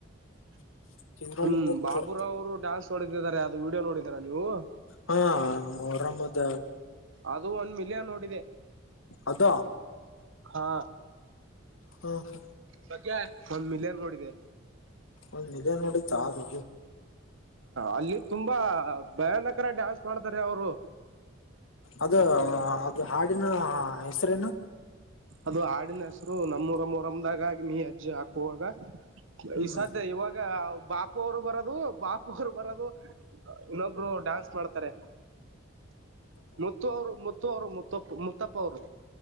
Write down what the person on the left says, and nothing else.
ಚಿತ್ರಳಿ
ಗೊತ್ತು
ಹಾರಾಮದ.
ಅದ
ಹ್ಮ ಹ್ಮ.
ಒಂದ್ ವಿಡಿಯೋ ನೋಡಿತ್ತ ಅದು
ಅದ ಅದು ಹಾಡಿನ ಹೆಸ್ರೇನು.
ಹ್ಮ್